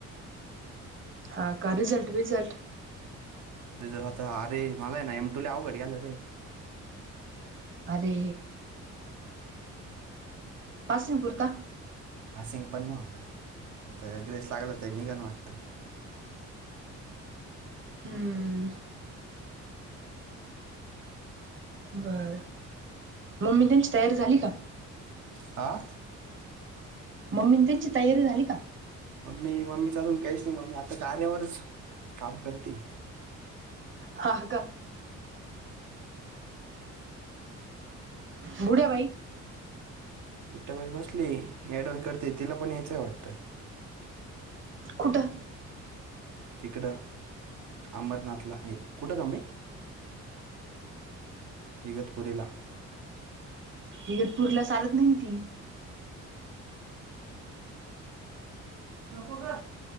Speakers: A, on the right (about 40°); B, on the right (about 75°).
A: हा का रिझल्ट बिझल्ट
B: दुझ्या साथ आरे मला ना म्हमटु आ घडडी आलं रे
A: अे पासिंगपुरता
B: फसिंग पण नाही होणार आताग्रेस लागलं तररी निघन वाटतं
A: हम्म बर मम्मी त्यांची तयारी झाली का
B: हा
A: मम्मी त्यांची तयारी झाली का
B: मी मम्मीचा अजून काहीच नाही मम्मी आता कार्यावरच काम करते
A: हा का बुढ्या भाई
B: कुठ्या बाई बसली डन करते तिला पण यायचंय वाटतं
A: कुठा
B: तिकडं अमरनाथला आहे कुठं रम्य इगतपुरीला
A: इगतपूरला चालत नाही ती
B: नक का